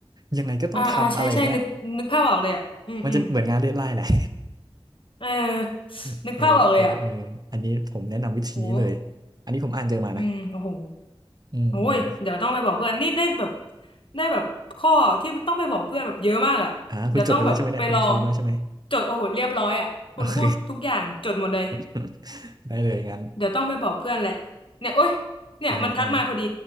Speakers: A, on the right (about 45°); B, on the left (about 65°).
A: ยังไงก็ต้องทำอะไรเงี้ย
B: อ่าอ่าใช่ใช่นึกนึกภาพออกเลยอ่ะอืมอืม
A: มันจะเหมือนงานเดดไลน์แหละ
B: เออ
A: <laughs>
B: นึกภาพออกเลยอ่ะ
A: เออเออเอออันนี้ผมแนะนำวิธีนี้เลย
B: โอ้
A: อันนี้ผมอ่านเจอมานะ
B: อืมโอ้โห
A: อืมอืม
B: โอ้ยเดี๋ยวต้องไปบอกเพื่อนนี่ได้แบบได้แบบข้อที่ต้องไปบอกเพื่อนแบบเยอะมากอ่ะเดี๋ยวต้องแบบไปลอง
A: อ่าคุณจดไปแล้วใช่ไหมเนี่ยคุณพร้อมแล้วใช่ไหม
B: จดโอ้โหเรียบร้อยอ่ะคุณพูดทุกอย่างจดหมดเลย
A: <laughs> โอเค <laughs> ได้เลยงั้น
B: เดี๋ยวต้องไปบอกเพื่อนแหละเนี่ยโอ๊ยเนี่ยมันทักมาพอดี
A: อ่าอ่า